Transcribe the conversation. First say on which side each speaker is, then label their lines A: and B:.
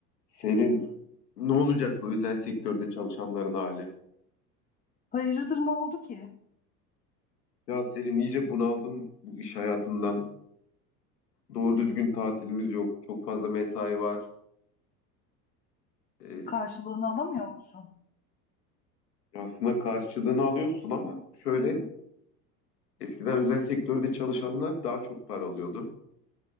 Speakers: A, on the left; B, on the left.
A: Senin ne olacak bu özel sektörde çalışanların hali?
B: Hayırdır ne oldu ki?
A: Ya Selin iyice bunaldım bu iş hayatından. Doğru düzgün tatilimiz yok. Çok fazla mesai var. Ee,
B: Karşılığını alamıyor musun?
A: aslında karşılığını alıyorsun ama şöyle eskiden özel sektörde çalışanlar daha çok para alıyordu.